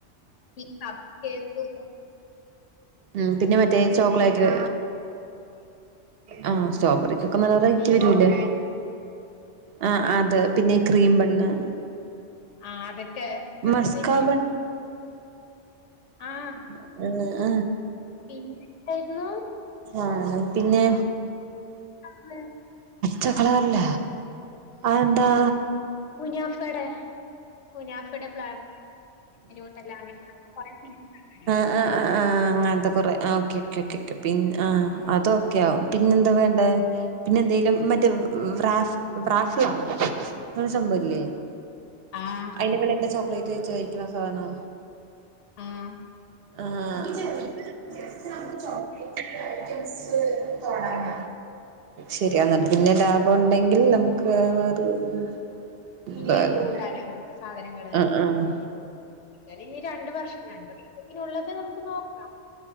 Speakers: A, on the left; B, on the right.
A: ഈ കപ്പ് കേക്ക്
B: ആഹ് പിന്നെ മ മറ്റേ ചോക്ലേറ്റ് ആ സ്ട്രോബെറിക്കൊക്കെ നല്ല റൈറ്റി വരൂല്ലേ. ആ ആ അത് പിന്നെ ക്രീം ബന്ന്
A: ആ അതൊക്കെ നല്ലതായിരിക്കും.
B: മസ്കാ
A: ആ
B: <unintelligible>
A: പിന്നെ എന്തായിരുന്നു
B: ആഹ <unintelligible> പിന്നെ
A: അത്?
B: ചക്ളർല്ല ആയെന്താ
A: കുനാഫടെ കുനാഫുടെ ഫ്ലവേ അട്ടല്ല. <unintelligible>
B: അ ആ അങ്ങനത്തെ കുറേ ഓക്കെ ക്കെ ക്കെ. പിന്ന ആ അതൊക്കെ ആവും പിന്നെ എന്താ വേണ്ടേ. പിന്നെ എന്തെലും
A: ഉണ്ടല്ലോ.
B: മറ്റേ റാഫ് ബ്രാഫ്ല അങ്ങനെ ഒരു സംഭവല്ലേ.
A: ആഹ
B: അതിന്റെ മേലെ ചോക്ലേറ്റ് വെച്ച് കഴിക്കണ സാനോ..
A: ആഹ
B: ആഹ ജസ്റ്റ് നമുക്ക് ചോക്ലേറ്റ് ഐറ്റംസ് തടാന
A: വാങ്ങണം.
B: ശരിയാെന്ന പിന്നെ ലാഭ ഉണ്ടെങ്കിൽ നമുക്ക്. <unintelligible>
A: പിന്നേം
B: വേറെ
A: കൂട്ടാലോ നമുക്ക് സാധനങ്ങള്.
B: ആഹ് ആഹ്
A: ഇ ഇനി രണ്ടവർഷം രണ്ടു വർഷത്തിനുള്ളത് നമുക്ക് നോക്കാം.